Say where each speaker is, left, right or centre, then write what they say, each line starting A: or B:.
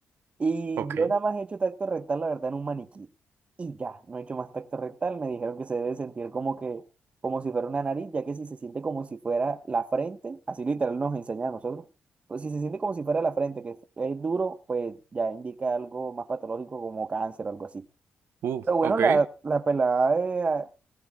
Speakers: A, on the right (about 30°); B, on the right (about 80°).
A: Y
B: ok.
A: yo nada más he hecho tacto rectal, la verdad, en un maniquí. Y ya, no he hecho más tacto rectal. Me dijeron que se debe sentir como que, como si fuera una nariz, ya que si se siente como si fuera la frente, así literal nos enseña a nosotros, pues si se siente como si fuera la frente, que es duro, pues ya indica algo más patológico como cáncer o algo así.
B: Uh,
A: Pero bueno,
B: ok.
A: la, la pelada, eh, ah,